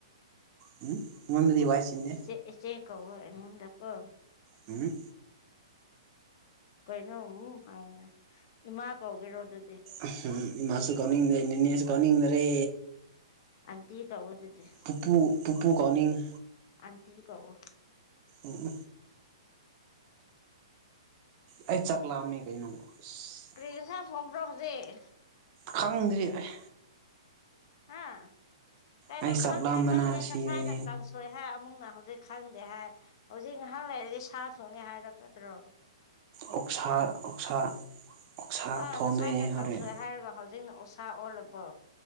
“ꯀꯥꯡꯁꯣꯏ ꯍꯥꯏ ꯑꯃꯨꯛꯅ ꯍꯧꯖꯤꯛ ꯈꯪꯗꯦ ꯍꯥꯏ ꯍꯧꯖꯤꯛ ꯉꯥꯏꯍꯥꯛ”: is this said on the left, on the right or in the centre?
Left